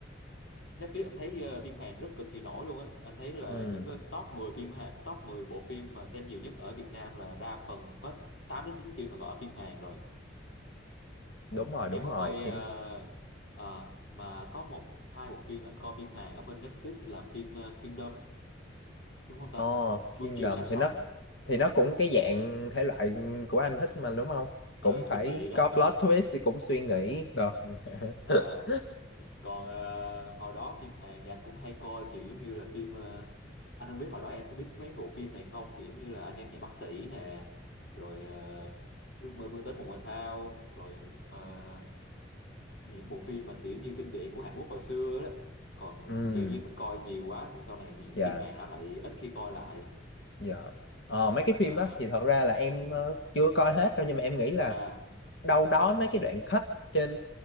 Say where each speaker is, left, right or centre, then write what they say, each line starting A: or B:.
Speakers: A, on the left (about 85°); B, on the left (about 65°).
A: Netflix anh thấy ờ, phim Hàn rất cực kỳ nổi luôn á anh thấy là
B: ừ
A: những cái top 10 phim Hàn top 10 bộ phim mà xem nhiều nhất ở Việt Nam là đa phần hết 8 đến 9 phim là có phim Hàn rồi
B: đúng rồi
A: em
B: đúng
A: có
B: rồi
A: coi
B: phim
A: ờ, ờ, mà có một hai bộ phim anh coi phim Hàn ở bên Netflix là phim ờ, Kingdom đúng không ta
B: ờ
A: Vương
B: Kingdom
A: triều xác sống
B: thì nó thì nó cũng cái dạng thể loại của anh thích mà đúng không cũng
A: ờ
B: phải
A: kinh dị đó
B: có plot twist thì cũng suy nghĩ rồi
A: <laughs> Ờ.
B: <laughs>
A: còn ờ, hồi đó phim Hàn thì anh cũng hay coi kiểu giống như là phim ờ, anh không biết hồi đó em có biết mấy bộ phim này không kiểu giống như là anh em nhà bác sĩ nè rồi ờ, ước mơ vươn tới một ngôi sao rồi ờ, những bộ phim mà kiểu như kinh điển của Hàn Quốc hồi xưa đó còn
B: ừ
A: kiểu như mình coi nhiều quá thì sau này những
B: dạ
A: phim Hàn anh lại ít khi coi lại
B: Dạ. Ờ, mấy cái phim
A: à,
B: đó thì thật ra là em ờ, chưa coi hết đâu nhưng mà em nghĩ là
A: à
B: đâu đó mấy cái đoạn cut trên